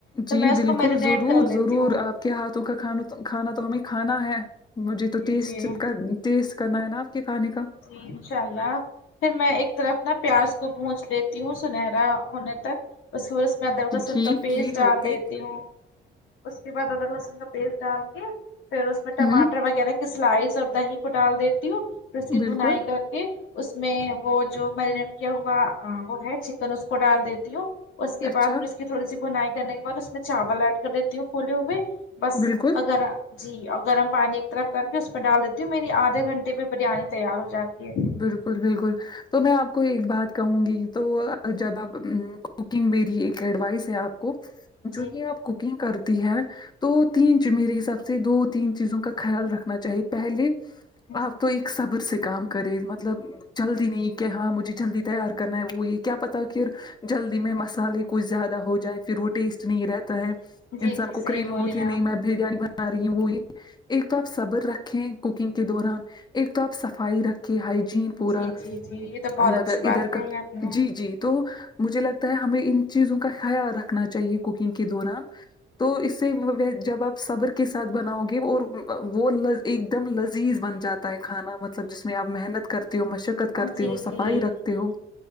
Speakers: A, on the left (about 80°); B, on the left (about 20°).
A: تو
B: جی
A: میں اس
B: بلکل
A: کو میرینیٹ
B: ضرور
A: کر لیتی
B: ضرور
A: ہوں
B: آپ کے ہاتھوں کا کھانا کھانا تو ہمیں کھانا ہے مجھے تو
A: جی
B: ٹیسٹ
A: جی
B: کر ٹیسٹ کرنا ہے نا آپ کے کھانے کا
A: جی انشاء اللہ پھر میں ایک طرف نا پیاس کو بونھچ لیتی ہوں سنہرا ہونے تک اور ٹھوڑا سا میں ادرک لہسن
B: ٹھیک
A: کا پیس
B: ٹھیک
A: ڈال
B: اوکے
A: دیتی ہوں اس کے بعد ادرک لہسن کا پیسٹ ڈال کے پھر اس میں ٹماٹر
B: ہوں
A: وغیرہ سلائس اور دہی کو ڈال دیتی ہوں پھر اس کی
B: بالکل
A: بھونائی کر کے اس میں وہ جو میرینیٹ کیا ہوا وہ ہے چکن اس کو ڈال دی تی ہوں اس کے
B: اچھا
A: بعد پھر اس کی تھوڑی سی بھونائی کرنے کے بعد اس میں چاول ایڈ کر دیتی ہوں پھولے ہوئے بس
B: بالکل
A: اگر جی اور گرم پانی ایک طرف کر کے اس میں ڈال دیتی ہوں میری آدھے گھنٹے پہ بریانی تیار ہو جاتی ہے
B: بالکل بالکل تو میں آپ کو ایک بات کہوں گی تو جب آپ کوکنگ میری ایک ایڈوائس ہے آپ کو
A: جی
B: جو یہ آپ کوکنگ کرتی ہے تو تین جی میرے حساب سے دو تین چیزوں کا خیال رکھنا چاہیے پہلے
A: جی
B: آپ تو صبر سے کام کرے مطلب جلدی نہیں کہ ہاں مجھے جلدی تیار کرنا ہے وہ یہ کیا پتہ کہ جلدی میں مسالے کچھ زیادہ ہو جائے پھر وہ ٹیسٹ نہیں رہتا ہے
A: جی
B: انسان
A: جی
B: کو
A: صحیح
B: کریمی
A: بولی
B: ہوتی ہے میری
A: آپ
B: ماں بریانی بنا رہی ہے وہ یہ ایک تو آپ صبر رکھیں کوکنگ کے دوران ایک تو آپ صفائی رکھ کہ ہایجین پورا
A: جی جی جی یہ تو بہت
B: مطلب
A: اچھی بات
B: ادھر
A: کہی
B: کا
A: آپ نے
B: جی جی تو مجھے لگتا ہے ہمیں ان چیزوں کا خیال رکھنا چاہیے کوکنگ کے دوران تو اس سے مطلب جب آپ صبر کے ساتھ بناؤ گے اور وہ لز ایک دم لذیذ بن جاتا ہے کھانا مطلب جس میں آپ محنت کرتے ہو مشقت کرتے
A: جی
B: ہو صفائی
A: جی
B: رکھتے ہو